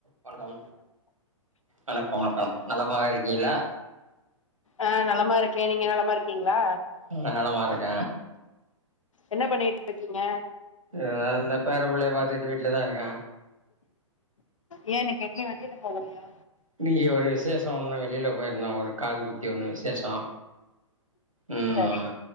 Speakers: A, on the right (about 80°); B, on the left (about 70°).
A: வணக்கம் வணக்கம் வணக்கம் நலமாக இருக்கீளா
B: அ நலமா இருக்கே நீங்க நலமா இருக்கீங்ளா
A: ம் நலமா இருக்க
B: என்ன பண்ணிட்டு இருக்கீங்க
A: அ நா இந்த பேர புள்ளையை பாத்துட்டு வீட்லதா இருக்க
B: ஏ இன்னிக்கு எங்கயு வெளில போகலையா
A: இன்னிக்கி ஒரு விசேஷோ ஒன்னு வெளில போய்ருந்தோ ஒரு காது குத்தி ஒன்னு விசேஷோ ம்
B: சரி